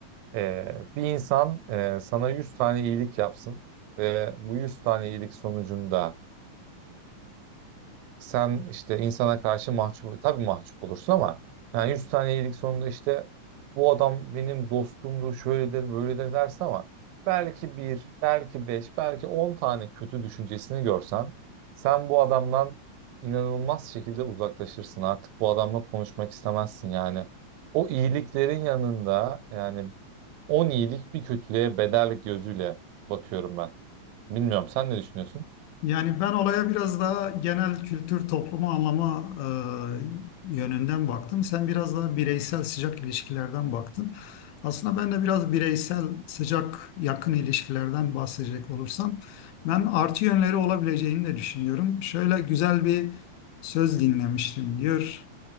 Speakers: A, on the right (about 80°); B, on the left (about 80°).
A: eee, bir insan eee, sana 100 tane iyilik yapsın ve bu 100 tane iyilik sonucunda sen işte insana karşı mahcup, tabii mahcup olursun ama yani 100 tane iyilik sonunda işte bu adam benim dostumdur, şöyledir, böyledir dersin ama belki bir, belki beş, belki 10 tane kötü düşüncesini görsen sen bu adamdan inanılmaz şekilde uzaklaşırsın. Artık bu adamla konuşmak istemezsin yani. O iyiliklerin yanında yani 10 iyilik bir kötülüğe bedel gözüyle bakıyorum ben. Bilmiyorum sen ne düşünüyorsun?
B: Yani ben olaya biraz daha genel kültür, toplumu anlama e, yönünden baktım. Sen biraz daha bireysel sıcak ilişkilerden baktın. Aslında ben de biraz bireysel sıcak yakın ilişkilerden bahsedecek olursam ben artı yönleri olabileceğini de düşünüyorum. Şöyle güzel bir söz dinlemiştim diyor.